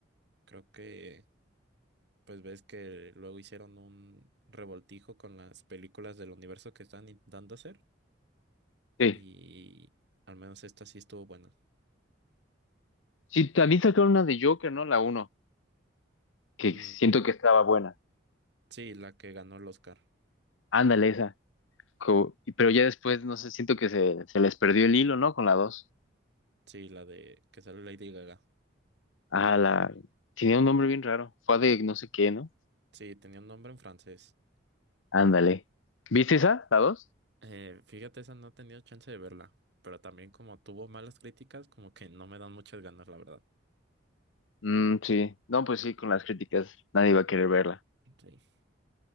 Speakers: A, on the right (about 60°); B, on the left (about 80°).
A: Creo que, pues ves que luego hicieron un revoltijo con las películas del universo que están intentando hacer
B: Sí.
A: y al menos esta sí estuvo buena.
B: Sí, también sacaron una de Joker, ¿no? La uno,
A: Mm,
B: que siento que estaba buena.
A: Sí, la que ganó el Oscar.
B: Ándale, esa. Co- y- Pero ya después, no sé, siento que se, se les perdió el hilo, ¿no? Con la dos.
A: Sí, la de que sale Lady Gaga.
B: Ah, la... Tenía un nombre bien raro. Fue de no sé qué, ¿no?
A: Sí, tenía un nombre en francés.
B: Ándale. ¿Viste esa? ¿La dos?
A: Eh, fíjate, esa no he tenido chance de verla, pero también como tuvo malas críticas, como que no me dan muchas ganas, la verdad.
B: Mm, sí. No, pues sí, con las críticas nadie va a querer verla.
A: Sí,